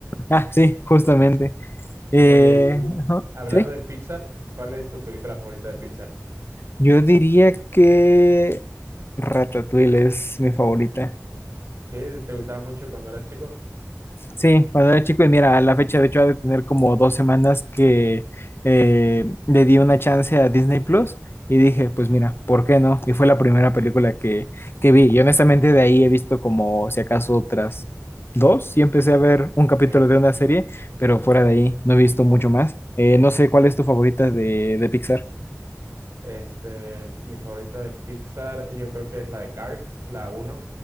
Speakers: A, on the left (about 45°); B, on the right (about 60°).
A: ah, sí, justamente. Eh,
B: Oye, y
A: ajá,
B: hablando
A: sí.
B: de Pixar, ¿cuál es tu película favorita de Pixar?
A: Yo diría que Ratatouille es mi favorita.
B: ¿Sí? ¿Te gustaba mucho cuando eras chico?
A: Sí, cuando era chico, y mira, a la fecha de hecho ha de tener como dos semanas que eh, le di una chance a Disney Plus y dije, pues mira, ¿por qué no? Y fue la primera película que, que vi. Y honestamente de ahí he visto como si acaso otras dos y empecé a ver un capítulo
B: Ok.
A: de una serie, pero fuera de ahí no he visto mucho más. Eh, no sé, ¿cuál es tu favorita de, de Pixar?
B: Este, mi favorita de Pixar, yo creo que es la de Cars, la uno.